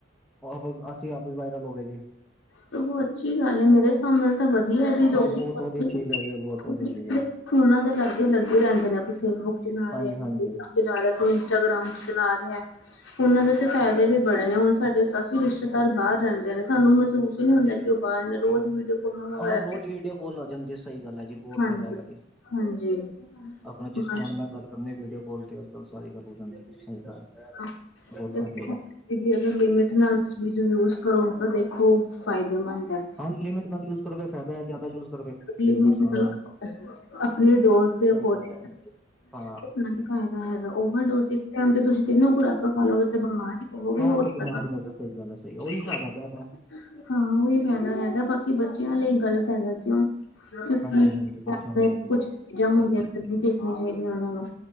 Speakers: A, in the centre; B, on the left (about 80°).
A: ਔਰ ਫਿਰ ਅਸੀ ਆਪ ਵੀ ਵਾਇਰਲ ਹੋ ਗਏ ਜੀ।
B: ਸੋ ਅੱਛੀ ਗੱਲ ਏ ਮੇਰੇ ਸਾਬ ਨਾਲ ਤਾਂ ਵਧੀਆ ਵੀ <unintelligible>
A: ਹਾਂ ਬਹੁਤ ਵਧੀਆ ਚੀਜ਼ ਹੈਗੀ ਹੈ ਬਹੁਤ ਵਧੀਆ ਚੀਜ਼ ਹੈ
B: ਫੋਨਾ ਤੇ ਲਾਗੇ ਲੱਗੇ ਰਹਿੰਦੇ ਨੇ ਕੋਈ ਫੇਸਬੁੱਕ ਚਲਾ
A: ਹਾਂਜੀ
B: ਰਿਹਾ।
A: ਹਾਂਜੀ
B: ਚਲਾ ਰਿਹਾ ਕੋਈ ਇੰਸਟਾਗ੍ਰਾਮ ਚਲਾ ਰਿਹਾ। ਉਹਨਾਂ ਦੇ ਤੇ ਫਾਇਦੇ ਵੀ ਬੜੇ ਨੇ ਹੁਣ ਸਾਡੇ ਕਾਫੀ ਰਿਸ਼ਤੇਦਾਰ ਬਾਹਰ ਰਹਿੰਦੇ ਨੇ ਸਾਨੂੰ ਮਹਿਸੂਸ ਨੀ ਹੁੰਦਾ ਕਿ ਉਹ ਬਾਹਰ ਨੇ ਰੋਜ਼ ਵੀਡੀਓ ਫੋਨਾਂ ਵਗੈਰਾ
A: ਆਹ ਰੋਜ਼ ਵੀਡੀਓ ਕੋਲ ਆ ਜਾਂਦੀ ਸਹੀ ਗੱਲ ਹੈ ਜੀ ਬਹੁਤ
B: ਹਾਂਜੀ
A: ਫਾਇਦਾ ਹੈਗਾ ਜੀ।
B: ਹਾਂਜੀ
A: ਆਪਣਾ ਜਿਸ
B: ਬਸ
A: ਫਰੈਂਡ ਨਾਲ ਗੱਲ ਕਰਨੀ ਏ ਵੀਡੀਓ ਕਾਲ ਤੇ ਅੱਜ-ਕੱਲ ਸਾਰੀ ਗੱਲ ਹੋ ਜਾਂਦੀ। <unintelligible>
B: ਹਾਂ।
A: ਬਹੁਤ
B: ਦੇਖੋ
A: ਫਾਇਦਾ ਹੈਗਾ
B: ਗੇ ਵੀ ਅਗਰ ਲਿਮਿਟ ਨਾਲ ਚੀਜ਼ ਯੂਜ ਕਰੋ ਤਾਂ ਦੇਖੋ ਫਾਇਦੇਮੰਦ ਹੈ।
A: ਅਨ ਲਿਮਿਟ ਦਾ ਯੂਜ ਕਰੋਗੇ ਫੈਦਾ ਹੈ ਜ਼ਿਆਦਾ ਯੂਜ ਕਰੋਗੇੇ ਫਿਰ
B: ਲਿਮਿਟ
A: ਨੁਕਸਾਨ ਹੈ।
B: <unintelligible> ਡੋਜ਼ ਦੇ ਅਕੋਰਡਿੰਗ
A: ਸਹੀ ਗੱਲ ਹੈ ਹਾਂ।
B: ਨਾ ਫਾਇਦਾ ਹੈਗਾ ਓਵਰਡੋਜ਼ ਇਕ ਟਾਈਮ ਤੇ ਤੁਸੀ ਤਿੰਨੋ ਖੁਰਾਕ ਖਾ ਲਵੋ ਗਏ ਬਿਮਾਰ ਹੀ ਪਵੋਗੇ
A: ਹਾਂ
B: ਹੋਰ
A: ਉਹ ਤੇ
B: ਕੀ
A: ਬਿਮਾਰੀ
B: ਕਰਨਾ
A: ਹੋ ਸਹੀ ਗੱਲ ਹੈ ਸਹੀ
B: <unintelligible>
A: ਉਹੀ ਹਿਸਾਬ ਹੈ ਇਹਦਾ ਹੈਗਾ
B: ਹਾਂ ਉਹੀ ਫਾਇਦਾ ਹੈਗਾ ਬਾਕੀ ਬੱਚਿਆਂ ਲਈ ਗ਼ਲਤ ਹੈਗਾ ਕਿਉ ਕਿਉਂਕਿ
A: ਹਾਂਜੀ-ਹਾਂਜੀ, ਬੱਚਿਆਂ ਵਾਸਤੇ
B: ਕੁਛ
A: ਬਹੁਤ
B: ਚੀਜ਼ਾਂ ਹੁੰਦੀਆਂ
A: ਗ਼ਲਤ ਹੈਗਾ।
B: ਨਹੀਂ ਦੇਖੀਆਂ ਚਾਹੀਦੀਆਂ ਉਹਨਾਂ ਨੂੰ